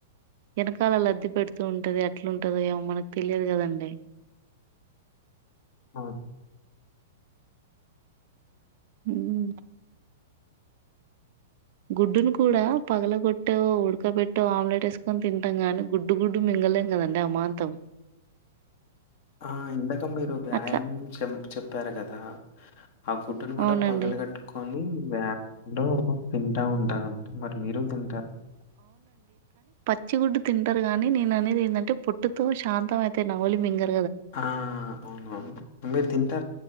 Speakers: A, on the right; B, on the left.
A: వెనకాల లబ్ది పెడుతూ ఉంటది అట్లాంటందో ఏమో మనకు తెలియదు కదండి
B: ఆ
A: హమ్ గుడ్డును కూడా పగల కొట్టో ఉడకబెట్టో ఆమ్లెట్ వేసుకొని తింటాం గానీ గుడ్డు గుడ్డు మి గలేం కదండి అమాంతం
B: ఆ ఇందక మీరు వ్యాయామం
A: అట్లా
B: చెం చెప్పారు కదా ఆ గుడ్డును కూడా
A: అవునండి
B: పగల కొట్టుకొని ని వ్యాలో తింటా ఉంటారంట మరి మీరు తింటారు
A: పచిగుడ్డు తింటారు గాని నేను అనేది ఏంటంటే పొట్టుతో సాంతం అయితే నమిలి మింగలే
B: ఆ అవును అవును మీరు తింటా